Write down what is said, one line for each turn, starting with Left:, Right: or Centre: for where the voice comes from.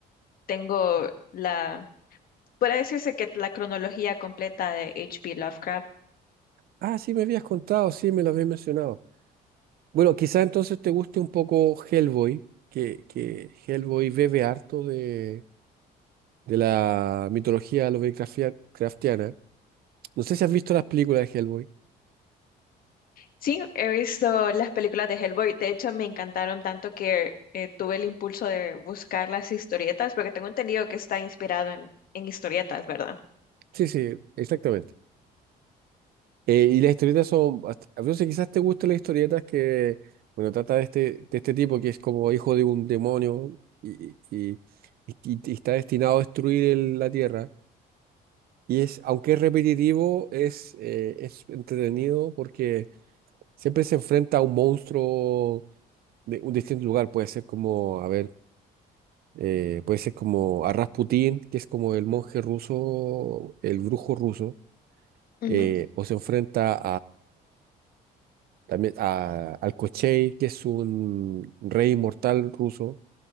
Left: tengo la, puede decirse que la cronología completa de H.P. Lovecraft.
Right: Ah, sí, me habías contado, sí, me lo habías mencionado. Bueno, quizá entonces te guste un poco Hellboy, que, que Hellboy bebe harto de, de la mitología Lovecraftia- craftiana. No sé si has visto las películas de Hellboy.
Left: Sí, he visto las películas de Hellboy. De hecho, me encantaron tanto que eh, tuve el impulso de buscar las historietas, porque tengo entendido que está inspirado en, en historietas, ¿verdad?
Right: Sí, sí, exactamente. Eh, y las historietas son, bast- a veces quizás te gusten las historietas que, bueno, trata de este, de este tipo que es como hijo de un demonio y, y, y- y- y está destinado a destruir el- la Tierra. Y es, aunque es repetitivo, es, eh, es entretenido porque siempre se enfrenta a un monstruo de un distinto lugar. Puede ser como, a ver, eh, puede ser como a Rasputín, que es como el monje ruso, el brujo ruso,
Left: Ujú.
Right: eh, o se enfrenta También a, al Kochei, que es un rey inmortal ruso,